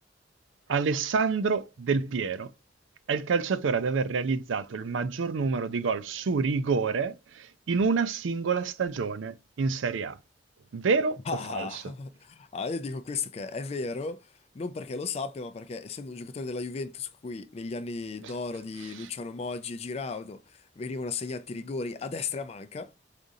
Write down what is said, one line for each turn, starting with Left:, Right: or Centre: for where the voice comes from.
Right: Alessandro Del Piero è il calciatore ad aver realizzato il maggior numero di gol su rigore in una singola stagione in Serie A. Vero
Left: Ah,
Right: o falso?
Left: <laughs> ah, io dico questo che è vero, non perché lo sappia, ma perché essendo un giocatore della Juventus, cui negli anni d'oro
Right: <laughs>
Left: di Luciano Moggi e Giraudo venivano assegnati rigori a destra e a manca,